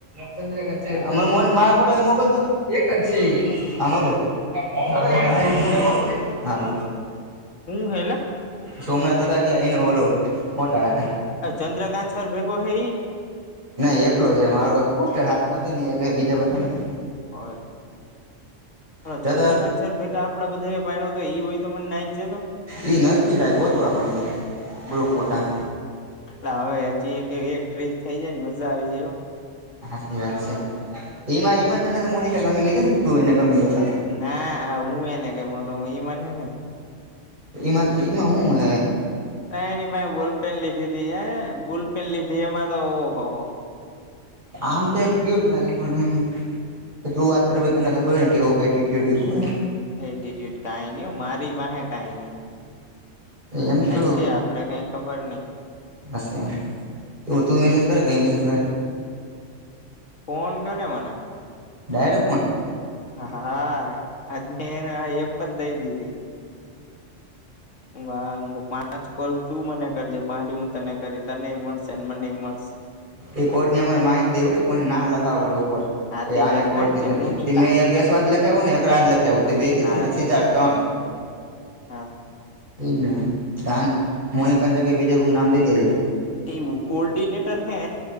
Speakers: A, on the right (about 40°); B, on the left (about 80°).
A: ચંદ્રગઢ છે મારા ફોટો મોકલતો એક જ છે. આમ ભાઈ હાલ.
B: હું હેલા.
A: સોમનાથ ના તો ગયા એનો ઓલો ખોટા હતા.
B: અ ચંદ્રકાંત સર ભેગો હ એ.
A: નઈ એકલો જ માર પોસ્ટર હાથમાં હતું ન બીજા બધા નથી.
B: હ. હ
A: જતા
B: ચંદ્રકાંત સર ભેગા આપડા બધા એ પાડવ તો એ હોય તો મને નાઈ જતો.
A: ઈ નથી લાઈ ગોતું આપડ બ્રુ ફોટા.
B: એટ હવે જોઈએ કે એક ટ્રીપ થઈ જાય ને મજા આવી જાય.
A: સાચી વાત છે એમાં એમાં તને તો મોનિકા ગમી ગય હતી ને તું એને ગમી ગયો તો.
B: ના હું એને કેતો ઈ મને નઈ.
A: એમાં એમાં શું હ.
B: ના એની ભાઈ બોલ પેન લીધીી એ બુલ પેન લીધી એમાં તો ઓહો હો.
A: આમ તો એક ક્યુટ લાગે પણ. તો તું વાત કર તને ખબર હો ને કે એવો કેટડ.
B: એટ્યુડ કઈ ન મારી પાસે કઈ નઈ.
A: એમ તો.
B: હશે આપડે કઈ ખબર નઈ
A: હશે તો તું મેસેજ કરે ઈ મેસેજ કરે?
B: ફોન કરે મને
A: ડાયરેક ફોન
B: હા હા હાય આજથી એને આ એપ દ દઈ દીધી. વાવ પાંચ કોલ તું મને કરજે પાંચ હું તને કરી તનેય મળશે ન મનેય મળશે
A: એ કોડ ની અમારે માહિતી દેવડ કોન નામ લખાવ પડ ઉપર
B: હાથી
A: એ આને
B: લખ
A: કોડ
B: નાખજે
A: દીધું
B: મોનિકા
A: તે મેં એક કેશવંત લખાયવું ને એક રાજ લખાયવું તે બે કીધું
B: હા
A: ને અક્ષય ચાર ત્રણ
B: હા
A: એજ ને તાને મોનેકા ને જગ્યાએ બીજા કોઈનું નામ દઈ દેજે
B: એવું ઓર્ડિનેટર હે